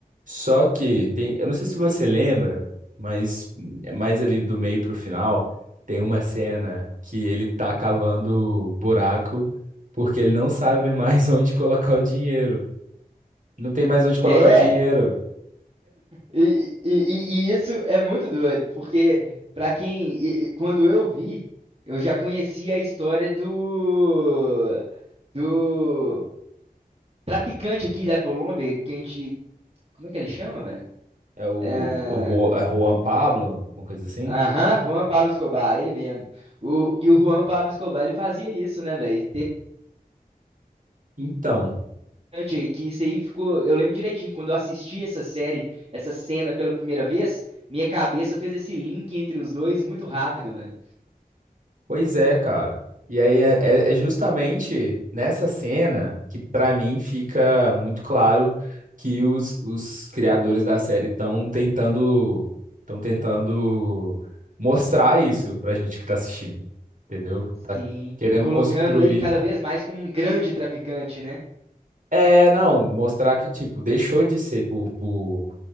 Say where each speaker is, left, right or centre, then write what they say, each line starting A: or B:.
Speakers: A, on the right; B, on the right.
A: Só que tem, eu não sei se você lembra, mas é mais ali do meio pro final, tem uma cena que ele tá cavando buraco porque ele não sabe mais <laughs> onde colocar o dinheiro. Não tem mais onde colocar
B: É,
A: o dinheiro.
B: e, e- e- e isso é muito doido, porque pra quem, e- e quando eu vi, eu já conhecia a história do do traficante aqui da Colômbia, que a gente, como é que ele chama, velho?
A: É o,
B: É,
A: o Ru- é Juan Pablo, uma coisa assim.
B: Aham, Juan Pablo Escobar, ele mesmo. O, e o Juan Pablo Escobar, ele fazia isso, né, velho?
A: Então,
B: impressionante aí, que isso aí ficou. Eu lembro direitinho, quando eu assisti essa série, essa cena pela primeira vez, minha cabeça fez esse link entre os dois muito rápido, velho.
A: Pois é, cara. E aí é, é- é justamente nessa cena que pra mim fica muito claro que os, os criadores da série estão tentando estão tentando mostrar isso pra gente que tá assistindo, entendeu? Tá
B: Sim.
A: querendo
B: Colocando
A: construir.
B: ele cada vez mais como um grande traficante, né?
A: É, não, mostrar que tipo, deixou de ser por, por